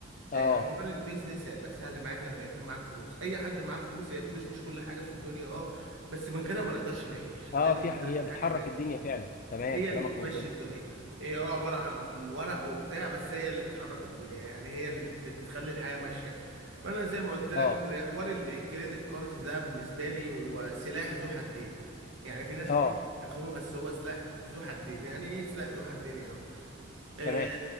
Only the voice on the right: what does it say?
آه، حوار البيزنس هيبقى سهل معاك لما يكون معاك فلوس اي حد معاه فلوس هي الفلوس مش كل حاجه في الدنيا اه بس من غيرها ما نقدرش نعيش خلينا
معترفين
حاجه زي كده
هي
اللي بتمشي
الدنيا هي اه عبارة عن ورق وبتاع بس هي اللي بتحرك الدنيا يعني هي اللي بت... بتخلي الحياة ماشية فأنا زي ما قلت لك
وحوار ال- الكريدت كارد ده بالنسبة لي هو سلاح ذو حدين يعني في ناس
كتير بتستخدمه بس هو سلاح ذو حدين يعني ايه سلاح ذو حدين يا عم آه،